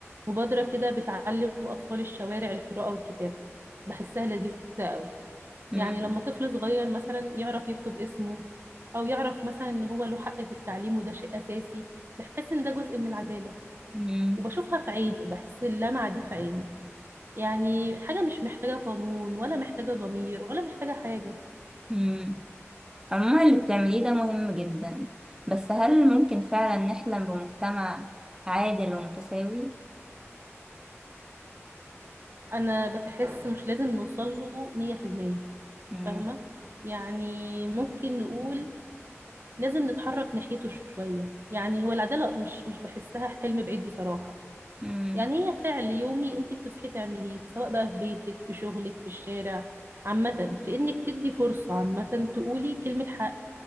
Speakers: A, on the right; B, on the right.
A: مبادره كده بتعلم اطفال الشوارع القراءه والكتابه بحسها لذيذه قوي
B: مم.
A: يعني لما طفل صغير مثلا يعرف يكتب اسمه او يعرف مثلا ان هو له حق في التعليم وده شيء اساسي بحس ان ده جزء من العداله
B: مم.
A: وبشوفها في عينه بحس اللمعه دي في عينه يعني حاجه مش محتاجه قانون ولا محتاجه ضمير ولا محتاجه حاجه
B: مم. عموما اللي بتعمليه ده مهم جدا بس هل ممكن فعلا نحلم بمجتمع عادل ومتساوي؟
A: انا بحس مش لازم نوصل له 100%
B: مم.
A: فاهمه يعني ممكن نقول لازم نتحرك ناحيته شويه يعني هو العداله مش مش بحسها حلم بعيد بصراحه
B: مم.
A: يعني هي فعل يومي انت بتصحي تعمليه سواء بقى في بيتك في شغلك في الشارع عامه في انك تدي فرصه عامه تقولي كلمه حق